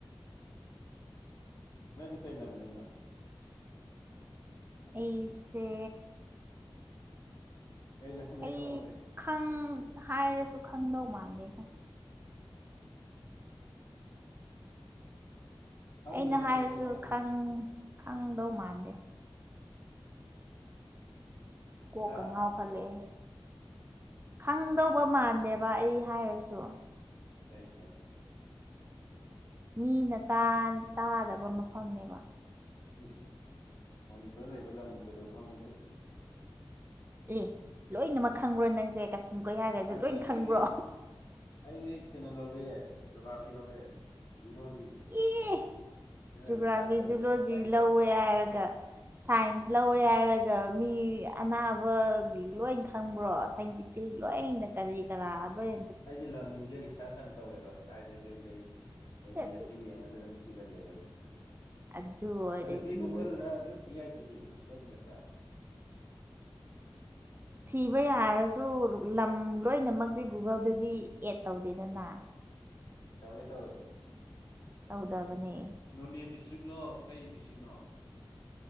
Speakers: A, on the left; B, on the right.
A: ꯅꯪꯗꯤ ꯀꯩ ꯂꯝꯗꯩꯅꯣ
B: ꯑꯩꯁꯦ
A: ꯀꯩ ꯂꯝꯗꯩꯅꯣꯕ
B: ꯑꯩ
A: ꯅꯪꯖꯦ
B: ꯈꯪ ꯍꯥꯏꯔꯁꯨ ꯈꯪꯗꯧ ꯃꯥꯟꯗꯦꯗ
A: ꯈꯪꯅꯤꯅꯦ
B: ꯑꯩꯅ ꯍꯥꯏꯔꯁꯨ
A: ꯀꯩꯗꯧ ꯈꯪꯉꯣꯏꯗꯣꯏꯅꯣ
B: ꯈꯪ ꯈꯪꯗꯧ ꯃꯥꯟꯗꯦ ꯀꯣꯛꯀ
A: ꯍꯥ
B: ꯉꯥꯎ ꯐꯂꯑꯦ ꯈꯪꯗꯧꯕ ꯃꯥꯟꯗꯦꯕ ꯑꯩ ꯍꯥꯏꯔꯁꯨ
A: ꯀꯩꯒꯤ
B: ꯃꯤꯅ ꯇꯥꯟ ꯇꯥꯗꯕ ꯃꯐꯝꯅꯦꯕ
A: ꯏꯁ ꯃꯅꯤꯄꯨꯔꯗ ꯂꯩꯕ ꯂꯝꯕꯨ ꯀꯩꯗꯧ ꯈꯪꯉꯣꯏꯗꯣꯏꯅꯣ
B: ꯑꯦ ꯂꯣꯏꯅꯃꯛ ꯈꯪꯕ꯭ꯔꯣ ꯅꯪꯁꯦ ꯀꯥꯆꯤꯟ ꯀꯣꯏꯌꯥꯒꯁꯦ
A: ꯈꯪꯉꯦ
B: ꯂꯣꯏꯅ ꯈꯪꯕ꯭ꯔꯣ
A: ꯑꯩꯗꯤ ꯑꯩꯗꯤ ꯀꯩꯅꯣ ꯂꯧꯔꯦ ꯖꯣꯒ꯭ꯔꯥꯐꯤ ꯂꯧꯔꯦ ꯖꯨꯂꯣꯖꯤ
B: ꯑꯦ
A: ꯑꯗꯨꯅ
B: ꯖꯨꯒ꯭ꯔꯥꯐꯤ
A: ꯔꯤꯁꯥꯔꯁ ꯑꯣꯏꯅ
B: ꯖꯨꯂꯣꯖꯤ
A: ꯂꯝ ꯀꯥꯏ ꯀꯥꯏꯗ
B: ꯂꯧꯋꯦ ꯍꯥꯏꯔꯒ ꯁꯥꯏꯟꯁ ꯂꯧꯋꯦ ꯍꯥꯏꯔꯒ ꯃꯤ ꯑꯅꯥꯕꯒꯤ ꯂꯣꯏ ꯈꯪꯕ꯭ꯔꯣ ꯁꯥꯏꯟꯇꯤꯐꯤ ꯁꯤ ꯂꯣꯏꯅ ꯀꯔꯤ ꯀꯔꯥ ꯂꯣꯏ
A: ꯑꯩꯗꯤ ꯂꯝꯖꯦ ꯔꯤꯁꯥꯔꯁ ꯌꯥꯝ ꯇꯧꯋꯦꯕ ꯀꯥꯏꯗꯩ ꯀꯩ ꯂꯩ
B: ꯁꯦꯁ
A: ꯑꯗꯩ ꯅꯦꯠꯇ
B: ꯑꯁ
A: ꯌꯦꯡꯉꯒ ꯊꯤꯒꯜꯂꯦꯕ ꯑꯩ
B: ꯑꯗꯨ ꯑꯣꯏꯔꯗꯤ
A: ꯍꯧꯖꯤꯛꯇꯤ ꯒꯨꯒꯜꯗ ꯂꯣꯏ ꯊꯤ ꯌꯥꯏꯗꯨꯗꯤ ꯒꯨꯒꯜ ꯃꯦꯞꯇ
B: ꯊꯤꯕ ꯌꯥꯔꯁꯨ ꯂꯝ ꯂꯣꯏꯅꯃꯛꯇꯤ ꯒꯨꯒꯜꯗꯗꯤ ꯑꯦꯠ ꯇꯧꯗꯦꯗꯅ
A: ꯇꯧꯋꯦ ꯇꯧꯋꯦ
B: ꯇꯧꯗꯕꯅꯦ
A: ꯅꯣꯅꯦ ꯗꯤꯁꯇ꯭ꯔꯤꯛꯂꯣ ꯀꯩ ꯗꯤꯁꯇ꯭ꯔꯤꯛꯅꯣ